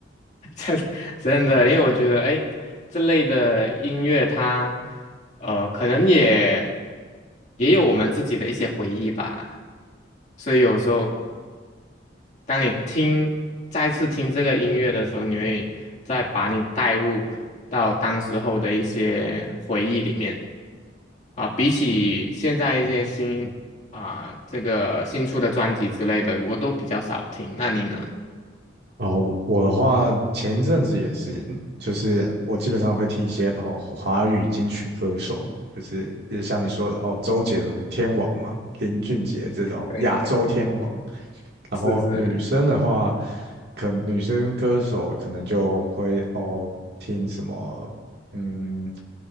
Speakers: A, on the left (about 40°); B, on the right (about 55°).
A: <laughs> 真的，因为我觉得，哎，这类的音乐它，呃，可能也也有我们自己的一些回忆吧。所以有时候，当你听再次听这个音乐的时候，你会再把你带入到当时候的一些回忆里面啊。比起现在一些新啊，这个新出的专辑之类的，我都比较少听。那你呢？
B: 哦，我的话前一阵子也是，就是我基本上会听一些哦华语金曲歌手，就是也是像你说的哦，周杰伦天王嘛，林俊杰这种亚洲天王。
A: 对对，
B: 然后女生的话，
A: 是是，
B: 可女生歌手可能就会哦听什么，嗯，